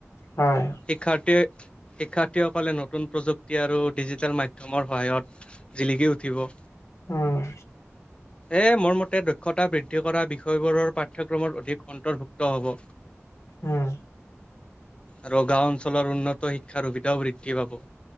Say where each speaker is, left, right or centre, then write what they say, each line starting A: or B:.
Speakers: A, on the left (about 80°); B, on the left (about 20°).
A: হয়
B: শিক্ষাৰ্থীৰ শিক্ষাৰ্থীসকলে নতুন নতুন প্ৰযুক্তি আৰু ডিজিটেল মাধ্যমৰ সহায়ত জিলিকি উঠিব
A: উম
B: এ মোৰ মতে দক্ষতা বৃদ্ধি কৰা বিষয়বোৰৰ পাঠ্যক্ৰমৰ অধিক অন্তৰ্ভুক্ত হ'ব
A: উম
B: আৰু গাওঁ অঞ্চলৰ উন্নত শিক্ষাৰ সুবিধাও বৃদ্ধি পাব